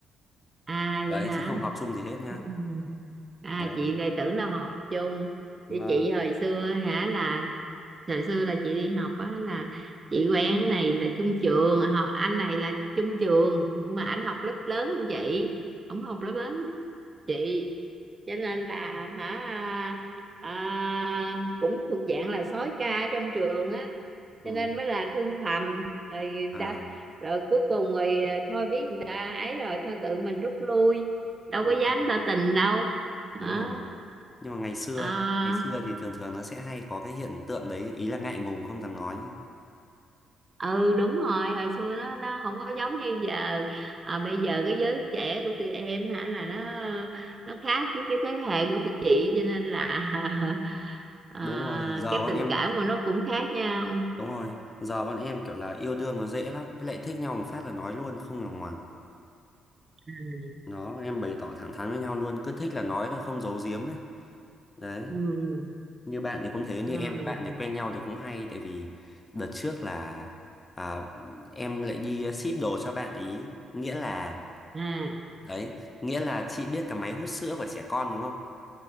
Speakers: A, on the right; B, on the left.
A: à
B: Đấy
A: vậy hả
B: chứ không học chung gì hết nhá.
A: Ừ. à
B: Đấy.
A: chị lại tưởng đâu học chung
B: Vâng.
A: Thì chị hồi xưa hả là thời xưa là chị đi học á là chị quen cái này là chung trường họ anh này là chung trường nhưng mà anh học lớp lớn hơn chị ổng học lớp lớn hơn chị cho nên là hả à, cũng thuộc dạng là sói ca trong trường á
B: Ừ.
A: cho nên mới là thương thầm rồi
B: À
A: đã, rồi cuối cùng rồi à, thôi biết người ta ấy rồi thôi tự mình rút lui đâu
B: đúng
A: có dám
B: rồi.
A: tỏ tình đâu
B: Đúng
A: đó
B: rồi. Nhưng mà ngày xưa,
A: À,
B: ngày xưa thì thường thường nó sẽ hay có cái hiện tượng đấy, ý là ngại ngùng không dám nói.
A: ừ đúng rồi hồi xưa nó nó không có giống như giờ à, bây giờ cái giới trẻ của tụi em hả là nó nó khác với cái thế hệ của tụi chị cho nên là <laughs> à,
B: đúng rồi giờ
A: cái
B: bọn
A: tình
B: em
A: cảm của nó cũng khác nhau
B: đúng rồi giờ bọn em kiểu là yêu đương nó dễ lắm với lại thích nhau một phát là nói luôn không lòng ngoằng
A: à,
B: nó em bày tỏ thẳng thắn với nhau luôn cứ thích là nói thôi không giấu giếm ấy đấy
A: ừ,
B: như bạn thì cũng thế như
A: ừ,
B: em với bạn này quen nhau thì cũng hay tại vì đợt trước là à, em lại đi ship đồ cho bạn ý nghĩa là
A: à,
B: đấy nghĩa là chị biết cái máy hút sữa của trẻ con đúng không